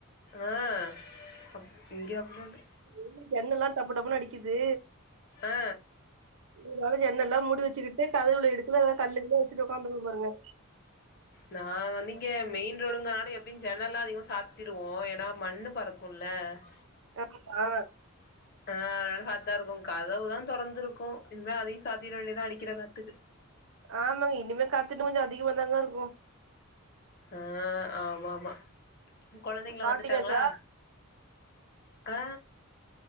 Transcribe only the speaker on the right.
ம் எண்ண எல்லா டப்பு டப்புன்னு அடிக்குது
இதனால ஜன்னல்லா மூடி வச்சுக்கிட்டு கதவுள இடுக்குல எதா கல்லுக்குல்லா வச்சுட்டு உக்காந்துவே பாருங்க
தன் மா
ஆமாங்க இனிமே காத்து இன்னு கொஞ்சோ அதிகமாதாங்க இருக்கு
சாப்ட்டீங்காச்சா